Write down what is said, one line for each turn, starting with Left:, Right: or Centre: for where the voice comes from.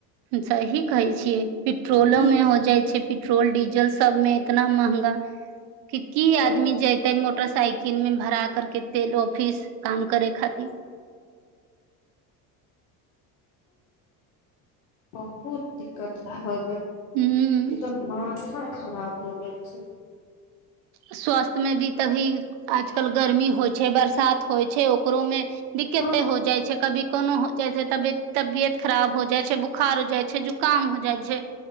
Right: सही कहै छियै पेट्रोलो
Left: बीच
Right: मे हो जाइ छै पेट्रोल डीजल सबमें इतना महँगा की की
Left: तो
Right: आदमी जतै मो मोटरसाइकिल मे भरा करके तेल ऑफिस काम करे खातिर
Left: बहुत दिक्कत भ
Right: हूँ
Left: एकदम मथा खराब हो गेल छै
Right: स्वास्थ मे भी तभी आजकल गर्मी होइ छै बरस होइ छै ओकरो मे दिक्कते
Left: हँ
Right: हो जाइ छै कभी कोनो हो जाइ छै तबी तबियत खराब हो जाइ छै बुखार हो जाइ छै जुकाम हो जाइ छै